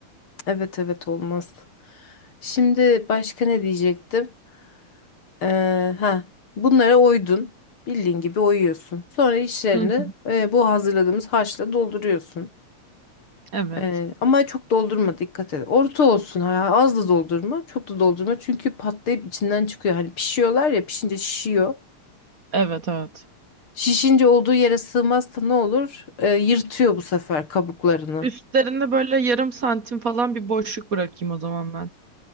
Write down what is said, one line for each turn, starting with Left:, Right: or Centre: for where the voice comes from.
Left: Evet evet olmaz. Şimdi başka ne diyecektim? Ee, ha, bunlara oydun. Bildiğin gibi oyuyorsun. Sonra içlerini
Right: Hı hı.
Left: e, bu hazırladığımız harçla dolduruyorsun.
Right: Evet.
Left: Ee, ama çok doldurma dikkat et. Orta olsun ha, az da doldurma, çok da doldurma. Çünkü patlayıp içinden çıkıyor. Hani pişiyorlar ya, pişince şişiyor.
Right: Evet evet.
Left: Şişince olduğu yere sığmazsa ne olur? Ee, yırtıyor bu sefer kabuklarını.
Right: Üstlerinde böyle yarım santim falan bir boşluk bırakayım o zaman ben.